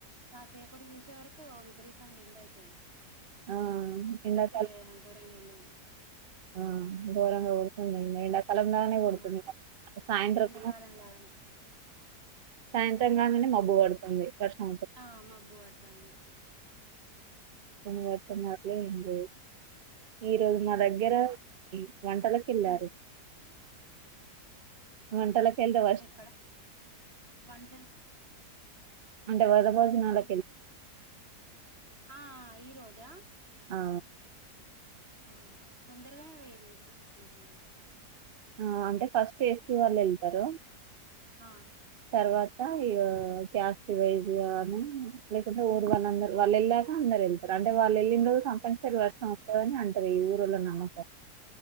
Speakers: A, on the right (about 35°); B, on the right (about 60°).
A: కాసేపటి చూసే వరకు విపరీతంగా ఎండ అయిపోయి
B: ఆ
A: ఇప్పుడైతే
B: ఎండాకాలం
A: అంకరంగా ఏండ ఉంది
B: ఆ గోరంగా ఉడుతున్నాయి కలంగానే కొడుతుంది
A: ఆ
B: సాయంత్రం
A: ఎండాకాలం లాగానే
B: సాయంత్రం కాగానే మబ్బు పడుతుంది వర్షం
A: ఆ మాబ్బు పడతుంది
B: కొన్ని వర్షన్నారుట్లే ఎ ఈ రోజు మా దగ్గర
A: ఉమ్,
B: వంటలకి వెళ్ళారు
A: ఉమ్,
B: వంటలా కల్దవస్
A: ఆ, ఎక్కడ వంటలు
B: ంట వ భోజనాలకి
A: వం ఆ ఈ రోజా ఆ
B: ఆ
A: ఆ తొందరగానే పెట్టుకున్నారు మీరు
B: ఆ అంటే ఫస్ట్ ఏస వాళ్ళు వెళ్తారు
A: ఆ
B: తర్వాత ఇ క్యాస్ట్ వైజ్ అని లేకుంటే ఊరు వాళ్ళందరు వాళ్ళు వెళ్ళాక అందరు వెళ్తారు అంటే వాళ్ళు వెళ్ళినోజు తప్పనిసరి వర్షం వస్తందిని అంటారు ఈ ఊరులో నమ్మకారం